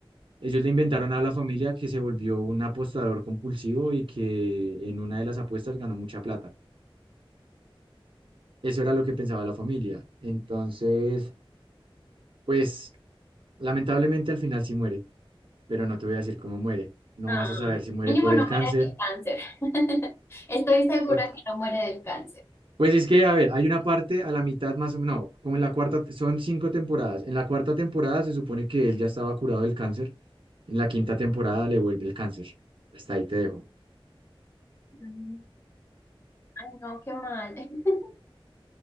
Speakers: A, on the right; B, on the left.
A: Ellos le inventaron a la familia que se volvió un apostador compulsivo y que en una de las apuestas ganó mucha plata. Eso era lo que pensaba la familia. Entonces, pues lamentablemente al final sí muere, pero no te voy a decir cómo muere. No
B: Ay,
A: vas a saber si muere
B: mínimo
A: por
B: no
A: el cáncer.
B: muere del cáncer. <laughs> Estoy segura
A: o-
B: que no muere del cáncer.
A: Pues es que, a ver, hay una parte a la mitad más o menos, no, como en la cuarta, te- son cinco temporadas. En la cuarta temporada se supone que él ya estaba curado del cáncer. En la quinta temporada le vuelve el cáncer. Hasta ahí te dejo.
B: Mm, Ay, no, qué mal. <laughs>